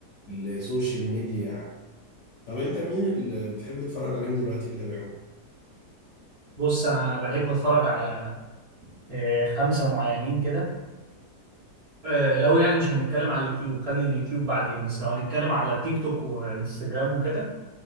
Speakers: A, on the left; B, on the right.
A: السوشيال ميديا يعني طب أنت مين اللي بتحب تتفرج عليهم دلوقتي متابعهم؟
B: بص انا بحب اتفرج على آه خمسة معينين كده آه لو يعني مش هنتكلم على اليوتيوب خلي اليوتيوب بعدين بس لو هنتكلم على تيك توك وانستجرام وكده